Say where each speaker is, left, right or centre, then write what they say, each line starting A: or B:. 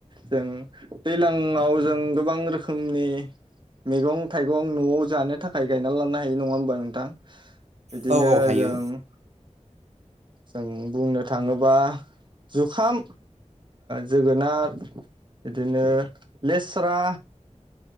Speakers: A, on the right; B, on the right.
A: जों दैज्लाङाव जों गोबां रोखोमनि मैगं थाइगं नआव जानो थाखाय खाय गायनानै लानो हायो नङा होमबा नोंथां बिदिनो
B: औ औ हायो
A: जों जों बुंनो थाङोबा जुखाम जोगोनार बिदिनो लेस्रा